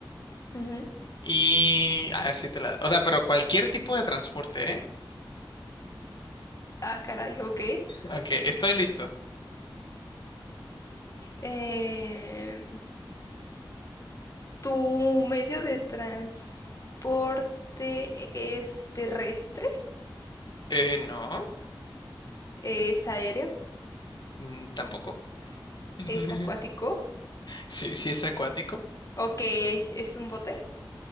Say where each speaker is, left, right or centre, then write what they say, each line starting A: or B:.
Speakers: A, on the left; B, on the left.
A: Ujú.
B: Y a ver si te la... O sea, pero cualquier tipo de transporte, ¿eh?
A: Ah, caray, ok.
B: Ok, estoy listo.
A: Em, ¿tu medio de transporte es terrestre?
B: Eh, no,
A: ¿Es aéreo?
B: mm, tampoco. <laughs>
A: ¿Es acuático?
B: Sí, sí es acuático.
A: ¿O qué? ¿Es un bote?